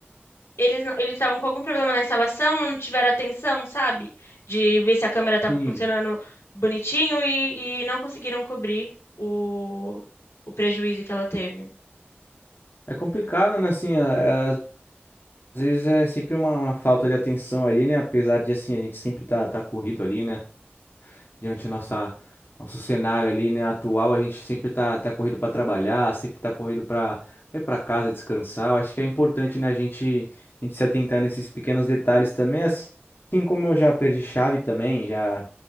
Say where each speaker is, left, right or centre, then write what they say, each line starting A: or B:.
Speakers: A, on the left (about 80°); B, on the left (about 60°).
A: Eles não- eles estavam com algum problema na instalação, não tiveram atenção, sabe? De ver se a câmera estava
B: Sim.
A: funcionando bonitinho e, e não conseguiram cobrir o, o prejuízo que ela teve.
B: É complicado, né? Assim, a- às vezes é sempre uma, uma falta de atenção ali, né? Apesar de assim a gente sempre tá tá corrido ali, né? diante da nossa nosso cenário ali, né, atual, a gente sempre tá, tá corrido para trabalhar, sempre tá corrido para ir para casa descansar. Eu acho que é importante, né, a gente a gente se atentar nesses pequenos detalhes também, assim como eu já perdi chave também, já